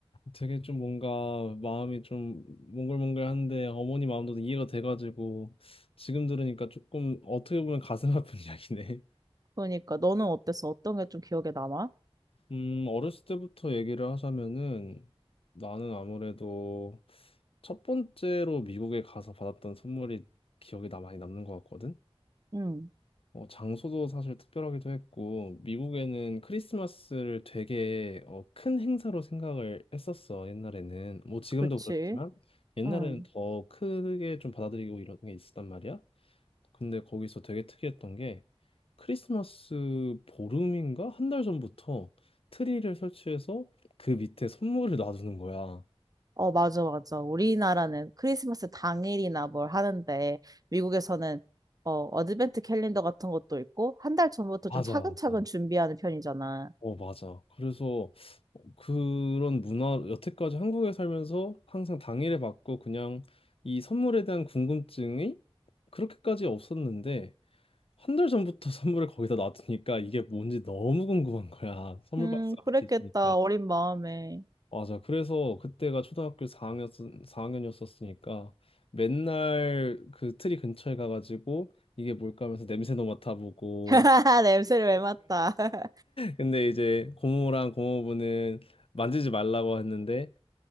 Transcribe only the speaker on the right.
그러니까 너는 어땠어? 어떤 게 좀 기억에 남아?
응,
그치.
응.
어, 맞아, 맞아. 우리나라는 크리스마스 당일이나 뭘 하는데 미국에서는 어, 어드벤트 캘린더 같은 것도 있고 한 달 전부터
좀 차근차근
준비하는 편이잖아.
음,
그랬겠다.
어린 마음에.
<laughs> 냄새를 왜 맡아? <laughs>